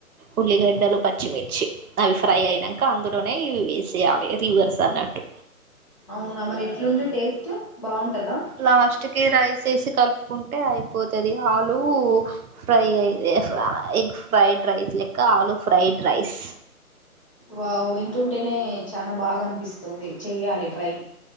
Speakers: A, on the right; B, on the left.
A: ఉల్లిగడ్డలు పచ్చిమిర్చి అవి ఫ్రై అయినంక అందులో ఏయ్ వేసేయాలి రివర్స్ అన్నట్టు.
B: అవునా మరి ఎట్లుండే టేస్ట్. బాగుంటదా
A: లాస్ట్ కీ రైస్ ఏసి కల్ప్ కుంటే అయిపోతది ఆలూ ఫ్రై అయి <unintelligible> ఎగ్ ఫ్రైడ్ రైస్ లెక్క ఆలు ఫ్రైడ్ రైస్
B: వావ్ వింటుంటేనే చానా బాగా అనిపిస్తుంది చెయ్యాలి ట్రై